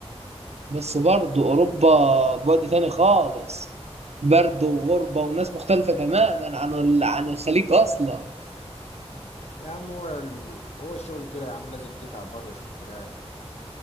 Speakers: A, on the right; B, on the left.
A: بس برضه أوروبا بعد تاني خالص برد وغربة وناس مختلفة تماما عن ال- عن الخليج أصلا
B: يا عم هو ال... هو الشغل كده يا عم لازم تتعب برضو عشان تلاقي